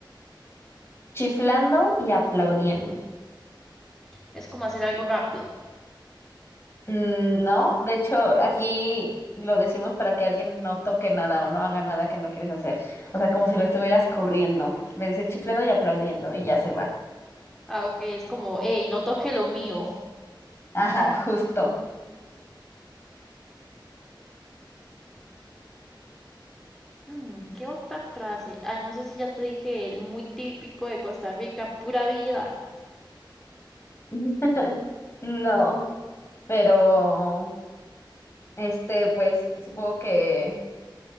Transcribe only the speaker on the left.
Chiflando y aplaudiendo.
Mm, No, de hecho, aquí lo decimos para que alguien no toque nada o no haga nada que no quieres hacer. O sea, como si lo estuvieras corriendo. Le dices chiflando y aplaudiendo y ya se va.
Ajá, justo.
<laughs> No, pero este, pues supongo que